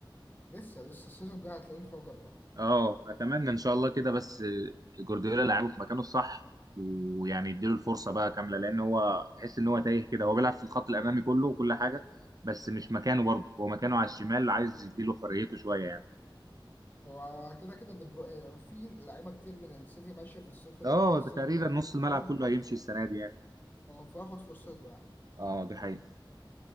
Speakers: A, on the left; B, on the right.
A: لسه لسه السيزون الجاي هتلاقيه انفجر بقى
B: اه اتمنى ان شاء الله كده بس جوارديولا لعبه في مكانه الصح ويعني يديله الفرصه بقى كامله لان هو تحس ان هو تايه كده هو بيلعب في الخط الامامي كله وكل حاجه بس مش مكانه برضه هو مكانه على الشمال عايز يديله حريته شويه يعني
A: هو كده كده دي برو... في لعيبة كتير من السيتي ماشية في الصيف ال-
B: اه
A: في الصيف
B: ده تقريبا
A: ده
B: نص
A: هاخد-
B: الملعب كله هيمشي السنه دي يعني
A: اه، فاخد فرصته يعني
B: اه دي حقيقه